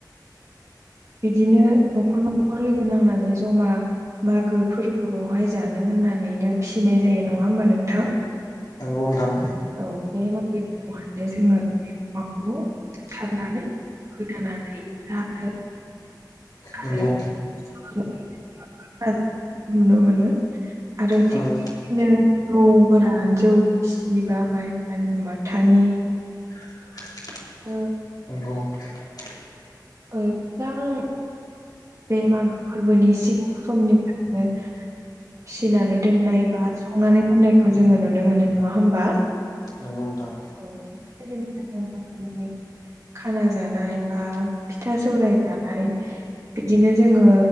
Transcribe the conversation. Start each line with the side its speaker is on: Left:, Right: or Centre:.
Right: बिदिनो न'खर न'खर लोगो नांनानै जमा मागो फोरबोआवहाय जानो होननानैनो फिसिनाय जायो नङा होमबा नोंथां?
Left: नोंगौ नोंथां।
Right: औ बे मायदिखौहायनो जोङो माखौ सारनानै गोदानानै रानो। आरो
Left: नंगौ
Right: <unintelligible> नुनो मोनो आरोदि
Left: नंगौ
Right: बिदिनो जौ गोरा जौ गिसिबा माइफोरानि माथानि
Left: <inaudible>
Right: अ
Left: औ
Right: एदिनो बे मागो फोरबोनि सिगां समनिफ्रायनो फिनानै दोननाय बा संनानै दोननायखौ जोङो नुनो मोनो नङा होमबा?
Left: नोंगौ नोंथां।
Right: <unintelligible> खाना जानाय बा फिथा सौराय जाबाय बिदिनो जोङो